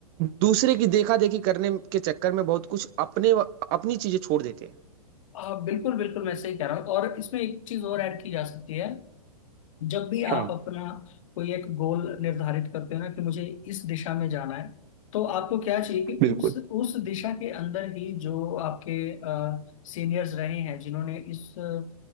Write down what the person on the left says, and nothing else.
हाँ बिल्कुल बिल्कुल मैं सही कह रहा हूँ और इसमें एक चीज और ऐड की जा सकती है जब भी आप
अपना कोई एक गोल निर्धारित करते हो ना कि मुझे इस दिशा में जाना है तो आपको क्या चाहिए कि
उस उस दिशा के अंदर ही जो आपके सीनियर्स रहे हैं जिन्होंने इस अ,